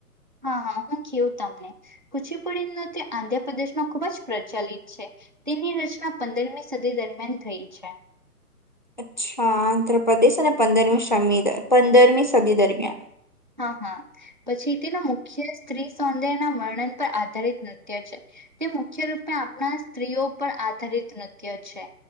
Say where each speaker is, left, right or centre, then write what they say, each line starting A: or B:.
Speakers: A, on the right (about 35°); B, on the left (about 30°).
A: હા હા હું કવું તમને કુચીપુડી ન તે આંધ્રપ્રદેશમાં ખૂબ જ પ્રચલિત છે. તેની રચના પંદરમી સદી દરમિયાન થઈ છે.
B: અચ્છા આંધ્રપ્રદેશ અને પંદરમી પંદરમી સદી દરમિયાન.
A: હા હા પછી તેના મુખ્ય સ્ત્રી સૌંદર ના વર્ણન પર આધારિત નૃત્ય છે. તે મુખ્ય રૂપે આપણા સ્ત્રીઓ પર આધારિત નૃત્ય છે.